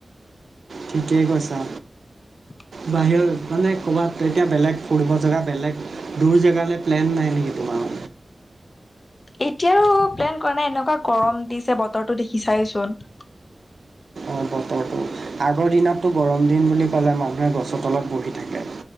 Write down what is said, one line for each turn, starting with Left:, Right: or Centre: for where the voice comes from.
Right: ঠিকেই কৈছা।
Left: <unintelligible>
Right: বাহিৰত মানে ক'ৰবাত এতিয়া বেলেগ ফুৰিব জেগা বেলেগ দূৰ জেগালৈ প্লেন নাই নেকি তোমাৰ।
Left: এতিয়াও প্লেন কৰা নাই এনেকুৱা গৰম দিছে বতৰটো দেখিচাই চোন।
Right: অ বতৰটো আগৰ দিনততো গৰম দিন বুলি ক'লে মানুহে গছৰ তলত বহি থাকে।